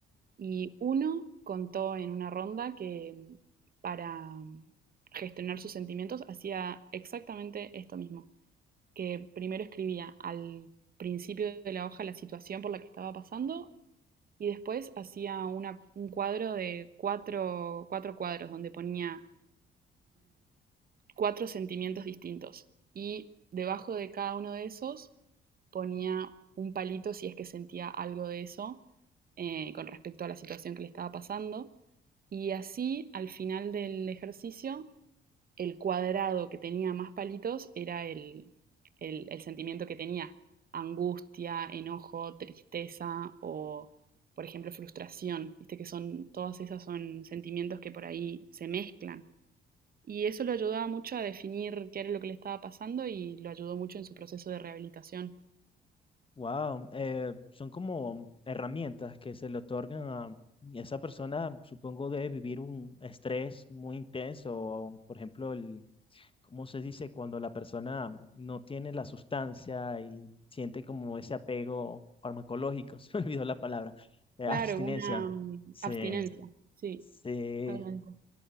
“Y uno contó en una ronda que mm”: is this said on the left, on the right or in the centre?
Right